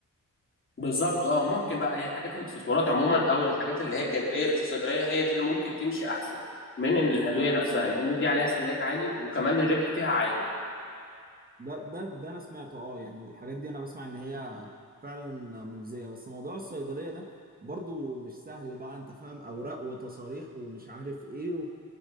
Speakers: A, on the left (about 40°); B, on the right (about 25°).
A: بالظبط اه ممكن بقى هي الحاجات الاكسسوارات عموما او الحاجات اللي هي الجانبيه اللي في الصيدليه هي دي اللي ممكن تمشي احسن من إن الادويه نفسها لان دي عليها استهلاك عالي وكمان الربح فيها عالي
B: ده ده ده انا سمعته اه يعني الحاجات دي انا بسمع ان هي فعلا مجزيه بس موضوع الصيدليه ده برضو مش سهل بقى انت فاهم اوراق وتصاريح ومش عارف ايه و-